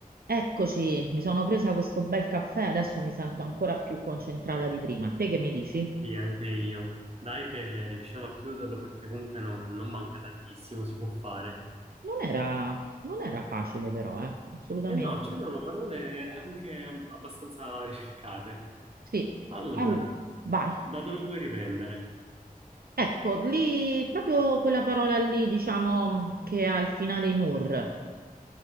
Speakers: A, on the right; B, on the right.
A: Eccoci, mi sono presa questo bel caffè, adesso mi sento ancora più concentrata di prima. Te che mi dici?
B: Sì, anche io. Dai che riusciamo a chiuderlo perché comunque non, non manca tantissimo, si può fare.
A: Non era, non era facile però, eh? Assolutamente.
B: E no, c'erano parole anche ab- abbastanza ricercate.
A: Sì,
B: Allora,
A: allora, vai.
B: da dove vuoi riprendere?
A: Ecco, lì, proprio quella parola lì, diciamo, che ha il finale in ur,